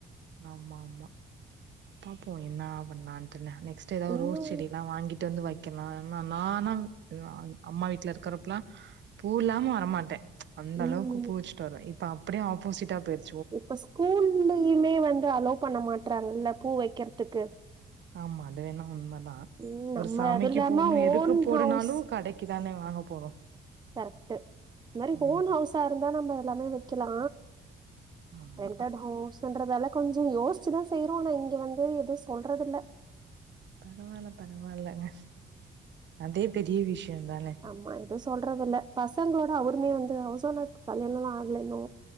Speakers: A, on the right; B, on the right.
A: ஆமா ஆமா பாப்போ என்ன பண்ணலான்ட்டுனு நெக்ஸ்ட்டு ஏதோ
B: இன்னு
A: ரோஸ் செடிலா வாங்கி டு வந்து வைக்கலா நா நானா <unintelligible> அம்மா வீட்ல இருக்கிறப்பலா பூ இல்லாம வரமாட்டே அந்த
B: ம்
A: அளவுக்கு பூவச்சுட்டு வருவே இப்ப அப்டியே ஆப்போசிட்டா போயிருச்
B: இப்ப ஸ்கூல்லையுமே வந்து அலோ பண்ண மாட்டறாங்கல்ல பூ வைக்றதுக்கு
A: ஆமா அது வேணா உண்மதா
B: ம்
A: ஒரு
B: நம்ம
A: சாமிக்கு
B: அது இல்லாம
A: போட்ணு எதுக்கு
B: ஓன்
A: போடனாலு
B: ஹவுஸ்
A: கடைக் கி தான ‌வாங்க போறோ
B: கரெக்டு இந்த மாரி
A: ம்
B: ஓன் ஹவுஸா இருந்தா நம்ம எல்லாமே வைக்கலா
A: ஆமா
B: ரென்டட் ஹவுஸுன்றதால கொஞ்சோ யோசிச்சுதா செய்றோ ஆனா இங்க வந்து எதுவு சொல்றது இல்ல
A: பரவால்ல பரவால்லங்க அதே பெரிய விஷ்யோந்தான
B: அம்மா எதுவு சொல்றதில்ல பசங்களோட அவருமே வந்து ஹவுஸ் ஓனார்கு கல்யாணல்லா ஆகல இன்னு